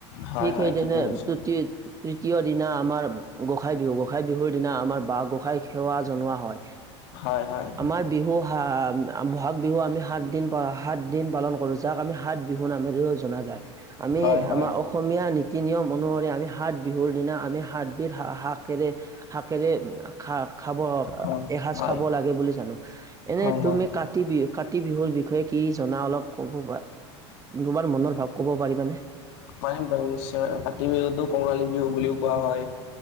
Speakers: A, on the left (about 70°); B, on the right (about 20°).
A: হয়
B: ঠিক
A: হয়
B: সেইদিনে
A: ঠিকে কৈছা
B: ত তৃতীয় দিনা আমাৰ গোসাই বিহু গোঁসাই বিহুৰ দিনা আমাৰ বাঁ গোসাই সেৱা জনোৱা হয়
A: হয় হয়
B: আমাৰ বিহু হ ব'হাগ বিহু আমি সাত দিন প সাতদিন পালন কৰোঁ যাক আমি সাত বিহু নামেৰেও জনা যায়। আমি
A: হয় হয়
B: আমাৰ অসমীয়া ন কি নিয়ম অনুসৰি আমি সাত বিহুৰ দিনা আমি সাতবিধ হাক কেৰে শাকেৰে খা খাব
A: হয়
B: এসজ
A: হয়
B: খাব লাগে বুলি জানো এনে
A: হয় হয়
B: তুমি কাতি বিহুত কাতি বিহুৰ বিষয়ে কি জনা অলপ কব তোমাৰ মনৰ ভাৱ ক'ব পাৰিবানে।
A: পাৰিম পাৰিম নিশ্চয় মে কাতি বিহুতো কঙালী বিহু বুলিও কোৱা হয়